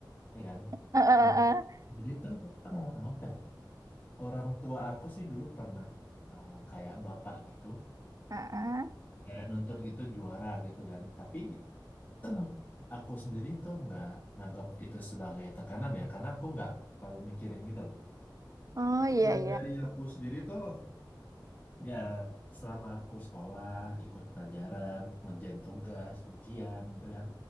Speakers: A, on the left (about 20°); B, on the right (about 45°).
A: ya kan?
B: Eh, eh, eh,
A: Nah,
B: eh.
A: Jadi tuh eh, apa ya? Orang tua aku sih dulu pernah eh, kayak bapak gitu,
B: Eh, eh.
A: kayak nuntut gitu juara gitu kan. Tapi <clears throat> aku sendiri tuh nggak nganggap itu sebagai tekanan ya, karena aku nggak terlalu mikirin gitu loh.
B: Oh iya
A: Dan
B: iya.
A: dari aku sendiri tuh ya selama aku sekolah, ikut pelajaran, ngerjain tugas, ujian gitu kan,